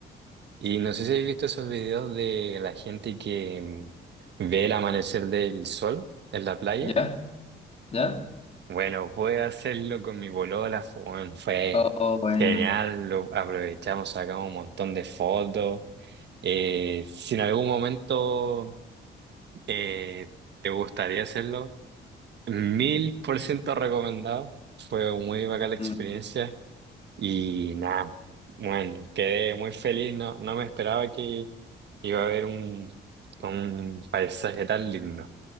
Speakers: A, on the right (about 60°); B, on the left (about 30°).
A: y no sé si habéis visto esos videos de la gente que mm, ve el amanecer del sol en la playa.
B: ¿Ya? ¿Ya?
A: Bueno, pude hacerlo con mi bolola, fue, fue
B: Oh, oh, buena.
A: genial, lo aprovechamos, sacamos un montón de fotos. Eh, si en algún momento eh, te gustaría hacerlo, mil por ciento recomendado, fue muy bacán la experiencia
B: Mm,
A: y nada, bueno, quedé muy feliz, no, no me esperaba que iba a haber un, un paisaje tan lindo.